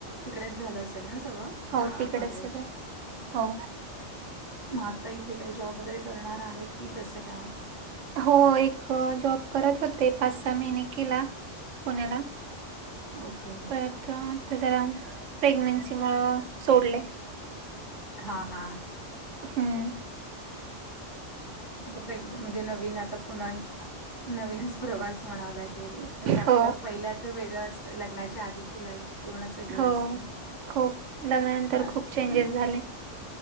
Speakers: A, on the left (about 20°); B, on the right (about 80°).
A: तिकडेच झालं असेल ना सगळं? शाळा,
B: हो तिकडेच
A: कॉलेज
B: सगळं हो.
A: मग आता इथे काही जॉब वगैरे करणार आहे की कसं काय?
B: हो एक जॉब करत होते, पाच सहा महिने केला पुण्याला
A: ओके
B: परत आता जरा प्रेग्नेंसी मुळ सोडलंय.
A: हा हा.
B: हम्म.
A: <unintelligible> आता म्हणजे नवीन आता पुन्हा नवीनच प्रवास म्हणावा लागेल. कसं आपलं
B: हो
A: पहिल त तर वेगळं असत लग्नाच्या आधीची लाईफ पूर्णच वेगळे
B: हो
A: असते
B: खूप लग्नानंतर
A: हा
B: खूप चेंजेस
A: म
B: झाले